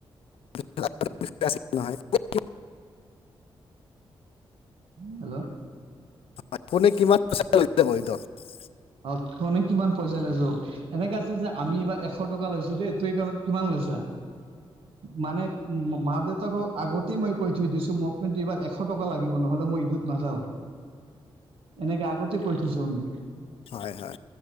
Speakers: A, on the left; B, on the right.
A: <unintelligible>
B: হেল্ল,
A: হয় কোনে কিমান পইচা লৈছে বাৰু ঈদত?
B: অ কোনে কিমান পইচা লৈ যাব পাৰি। এনেকে আছিল যে আমি এইবাৰ এশ টকা লৈছো দে তই কিমান লৈছা। মানে মা-দেউতাকক আগতে মই কৈ থৈ দিছো মোক কিন্তু এইবাৰ এশ এশ টকা লাগিব নহ'লে মই ঈদত নাযাওঁ। এনেকে আগতে কৈ থৈছো আমি।
A: হয় হয়।